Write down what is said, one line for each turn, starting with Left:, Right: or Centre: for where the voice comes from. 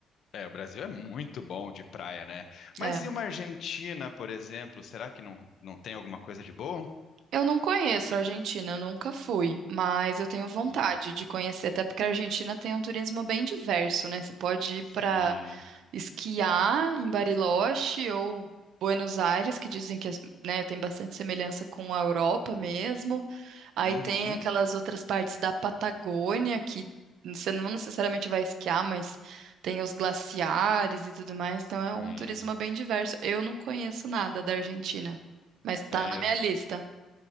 Left: É, o Brasil é muito bom de praia, né? Mas
Right: É.
Left: e uma Argentina, por exemplo? Será que não, não tem alguma coisa de bom?
Right: Eu não conheço a Argentina, eu nunca fui, mas eu tenho vontade
Left: Sim.
Right: de conhecer, até porque a Argentina tem um turismo bem diverso, né? Você pode ir
Left: Sim.
Right: para esquiar em Bariloche ou Buenos Aires, que dizem que, né, tem bastante semelhança com a Europa mesmo. Aí
Left: Uhum.
Right: tem aquelas outras partes da Patagônia que você não necessariamente vai esquiar, mas tem os glaciares e tudo mais.
Left: Sim.
Right: Então é um turismo bem diverso. Eu não conheço nada da Argentina, mas
Left: É,
Right: tá na minha
Left: eu-
Right: lista.